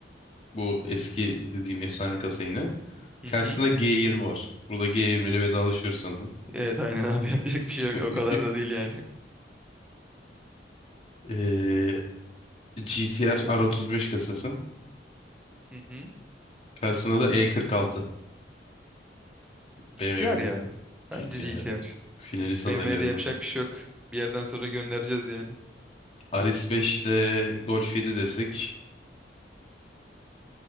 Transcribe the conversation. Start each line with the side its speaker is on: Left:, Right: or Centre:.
Left: bu eski dediğim efsane kasa yine.
Centre: Hı
Left: Karşısında
Centre: hı.
Left: G20 var. Burada G20 ile vedalaşıyoruz sanırım.
Centre: Evet aynen abi <laughs> yapacak bir şey
Left: <laughs>
Centre: yok. O kadar da değil yani.
Left: E, GTR R35 kasası.
Centre: Hı hı.
Left: Karşısında da E46 BMW'nin
Centre: GTR ya. Bence
Left: GTR'i.
Centre: GTR.
Left: Finalist adaylarından.
Centre: BMW'de yapacak bir şey yok. Bir yerden sonra göndereceğiz yani.
Left: Aris 5 ile Golf 7 desek.